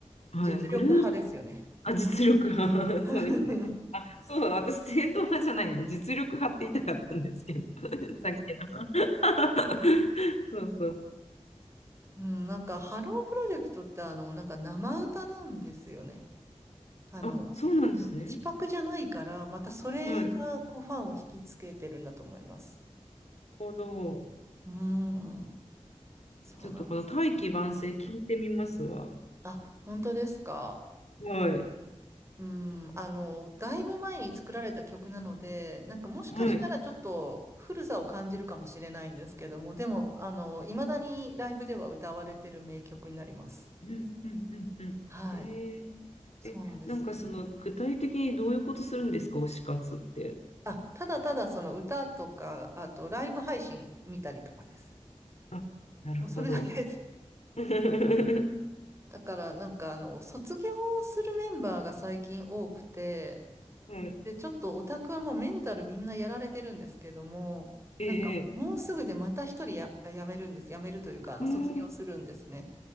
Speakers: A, on the left; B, on the right.
A: う、
B: 実力派ですよね。
A: はい、グループ、あ、実力派、
B: <laughs>
A: <laughs> そうですね。そうだ、私、正統派じゃないね。実力派って言いたかったんですけど、<laughs> さっきの。<laughs> そうそう。
B: うん、なんか、ハロープロジェクトって、あの、なんか生歌なんですよね。あの、
A: あ、そうなんですね。
B: 口パクじゃないから、またそれが、
A: はい。なる
B: こう、ファンを引きつけてるんだと思います。
A: ほど。
B: うーん、そうなん。
A: ちょっとこの大器晩成聞いてみますわ。
B: あ、本当ですか。
A: はい。
B: うーん、あの、だいぶ前に作られた曲なので、なんかもしかしたらちょっと古さを感じるかもしれないんですけども、
A: はい。
B: でも、あの、いまだにライブでは歌われてる名曲になります。
A: うんうんうんうん。
B: はい、
A: えー、
B: そうなんです。
A: え、なんかその具体的にどういうことするんですか、推し活って。
B: あ、ただただその歌とか、あとライブ配信見たりとかです。
A: あ、なるほど。
B: もうそれだけで。
A: <laughs> は
B: だからなんかあの、卒業するメンバーが最近多くて、
A: い。
B: で、ちょっとオタクはもうメンタルみんなやられてるんですけども、
A: ええ。
B: なんかもうすぐでまた一人や、辞めるんです。辞めるというか、あの、
A: うん
B: 卒業するんですね。